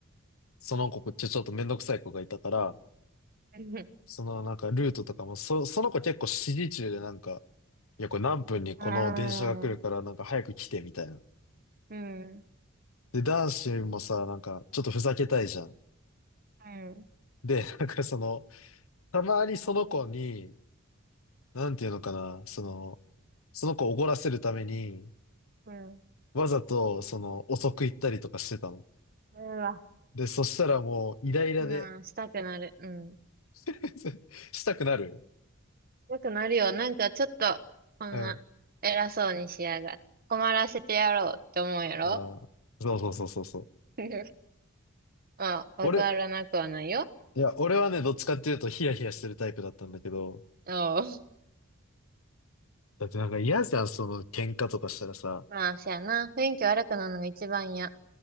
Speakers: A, on the left; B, on the right.
A: その子、こっちちょっとめんどくさい子がいたから、
B: うん。
A: そのなんかルートとかも、そ、その子結構指示中でなんか、いや、これ何分にこの電車が来るからなんか早く来てみたいな。
B: ああ。うん。
A: で、男子もさ、なんかちょっとふざけたいじゃん。
B: うん。
A: で、なんかその、たまにその子に、なんていうのかな、その、その子を怒らせるために、
B: うん。
A: わざとその遅く行ったりとかしてたの。
B: うわ。
A: で、そしたらもうイライラで
B: うん、したくなる。うん。
A: <laughs> したくなる
B: よくなるよ。なんかちょっと、こんな、
A: うん。
B: 偉そうにしやがって。困らせてやろうって思うやろ
A: あーそうそうそうそうそう。
B: <laughs> うん、わからなくはないよ。
A: 俺、いや、俺はね、どっちかっていうとヒヤヒヤしてるタイプだったんだけど、
B: うん。
A: だってなんか嫌じゃん、その喧嘩とかしたらさ。
B: まあ、しやな。雰囲気悪くなるのが一番や。